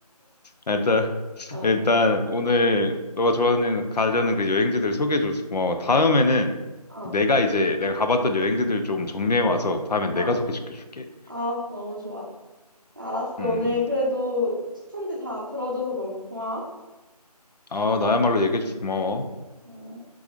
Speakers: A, on the left; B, on the right.
A: 아, 일단 <laughs>
B: 어,
A: 일단 오늘 너가 좋아하는 가려는 그 여행지들 소개해줘서 고마워. 다음에는
B: 어,
A: 내가 이제 내가 가봤던 여행지들 좀 정리해 와서 다음엔
B: 어.
A: 내가 소개시켜줄게.
B: 아, 너무 좋아. 알았어.
A: 음,
B: 오늘 그래도 추천지 다 들어줘서 너무 고마워.
A: 아 나야말로 얘기해줘서 고마워.
B: 음.